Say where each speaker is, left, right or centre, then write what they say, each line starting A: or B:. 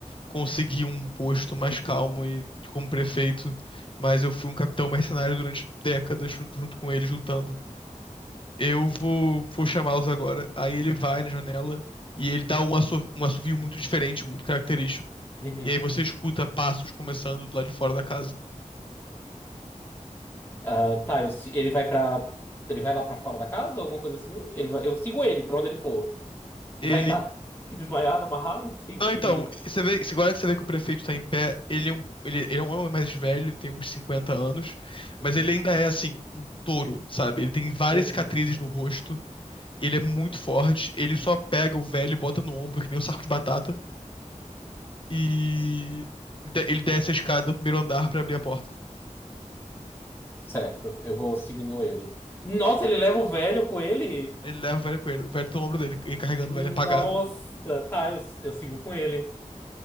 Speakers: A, on the left (about 40°); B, on the left (about 15°).
A: conseguir um posto mais calmo e como prefeito, mas eu fui um capitão mercenário durante décadas junto, junto com eles lutando. Eu vou, vou chamá-los agora. Aí ele vai na janela e ele dá um assovi- um assovio muito diferente, muito característico.
B: Uhum.
A: E aí você escuta passos começando do lado de fora da casa.
B: Ah, tá, eu se- ele vai para ele vai lá pra fora da casa, alguma coisa assim? Ele vai- eu sigo ele pra onde ele for. Vai
A: Ele
B: estar <laughs> desmaiado, amarrado, não tem
A: Não,
B: perigo.
A: então, você vê, você- agora que você vê que o prefeito tá em pé, ele é um, ele, ele é um homem mais velho, tem uns 50 anos,
B: Uhum.
A: mas ele ainda é, assim, um touro, sabe? Ele tem várias
B: Uhum.
A: cicatrizes no rosto, ele é muito forte, ele só pega o velho e bota no ombro, que nem um saco de batata, e de- ele desce a escada do primeiro andar pra abrir a porta.
B: Certo, eu vou seguindo ele. Nossa, ele leva o velho com ele?
A: Ele leva o velho com ele, o velho tá no ombro dele, ele carregando
B: Nossa,
A: o velho apagado.
B: tá, eu, eu sigo com ele.